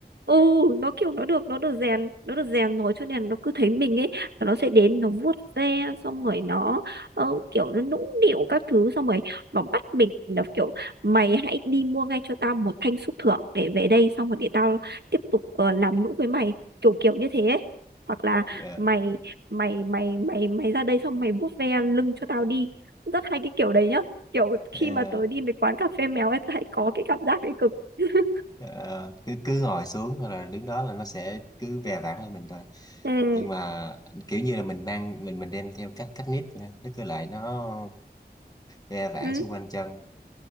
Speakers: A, on the right; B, on the left.
A: ừ nó kiểu nó được nó được rèn nó được rèn rồi cho nên nó cứ thấy mình ấy là nó sẽ đến nó vuốt ve xong rồi nó ờ, kiểu nó nũng nịu các thứ xong rồi nó bắt mình là kiểu mày hãy đi mua ngay cho tao một thanh xúc thưởng để về đây xong rồi để tao tiếp tục ờ, làm nũng với mày kiểu kiểu như thế ấy. hoặc là
B: Ờ,
A: mày mày mày mày mày ra đây xong mày vuốt ve lưng cho tao đi rất hay cái kiểu đấy nhá kiểu
B: ờ,
A: khi mà tớ đi mấy quán cà phê mèo ấy tớ hay có cái cảm giác đấy cực <laughs>
B: ờ, cứ cứ ngồi xuống hay là đứng đó là nó sẽ cứ ve vãn lên mình thôi
A: ừ,
B: nhưng mà kiểu như là mình mang mình mình đem theo cách cách nếp thôi. nó cứ lại nó ra vãng
A: ừ,
B: xung quanh chân